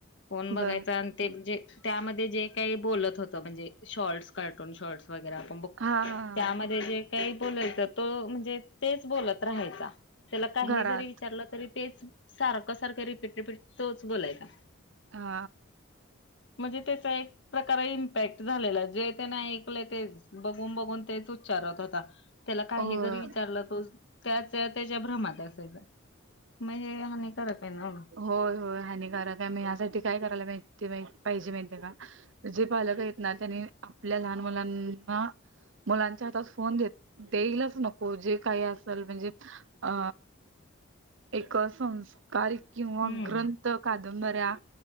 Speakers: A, on the left; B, on the right.
A: फोन बघायचा
B: बर
A: आणि ते म्हणजे त्यामध्ये जे काही बोलत होतं म्हणजे शॉर्ट्स कार्टून शॉर्ट्स वगैरे आपण बघ
B: हा हा
A: त्यामध्ये जे काही बोलायचं तो म्हणजे तेच बोलत राहायच त्याला काही
B: घरात
A: जरी विचारलं तरी तेच सारखं सारखं रिपीट रिपीट तोच बोलायचा
B: हा
A: म्हणजे त्याचा एक प्रकार ॅक्ट झालेला जे ते नाही ऐकले ते बघून बघून तेच उच्चारत होता त्याला काही
B: होय
A: जरी विचारलं त्याच त्याच्या भ्रमात असायचा मग हे हानिकारक आहे ना
B: होय होय हानिकारक आहे म ह्यासाठी काय करायला माहिती मा पाहिजे माहिती आहे का जे पालक आहेत ना त्यांनी आपल्या लहान मुलांना मुलांच्या हातात फोन देत देईलच नको जे काही असेल म्हणजे अ एक असस्कार किंवा
A: हम्म
B: ग्रंथ कादंबऱ्या